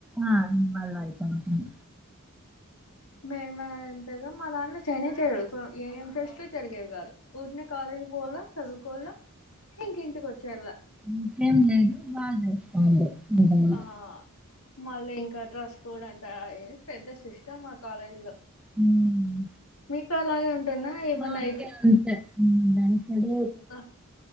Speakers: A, in the centre; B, on the left.
A: ఆ ఇన్వాల్వ్ అయితాంటిమి
B: మ మా ఎంతద మా దాంట్లో చేనే చేయరు ఏం ఫ్రెస్ట్లు జరిగేవి గాదు ఊరినే కాలేజ్కి పోల్ల చదువుకోల్ల ఇంక ఇంటికి వచ్చేయళ్ళ
A: ఇంకేం లేదు బాగజెస్తాండ్లె ఏదైనా
B: ఆ మళ్ళీ ఇంకా డ్రస్ కోడ్ అంట ఏ పెద్ద సిస్టమ్ కాలేజ్ లో
A: హ్మ్
B: ఇక్కడ అలాగే ఉంటుందా ఏమన్నా
A: మాకి అంతే దంసడు
B: ఆ